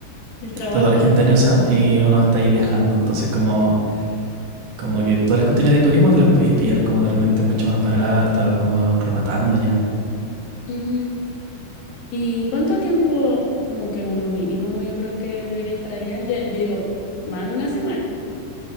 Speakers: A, on the left (about 70°); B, on the right (about 75°).
A: y el trabajo.
B: está toda la gente en esa y uno está ahí viajando. Entonces como, como que todas las cuestiones de turismo te las podéis pillar como de repente mucho más barata o como rematando ya.
A: Ujú. ¿Y cuánto tiempo, como que uno mínimo, yo creo que debería estar allá? Yo, yo digo, más de una semana.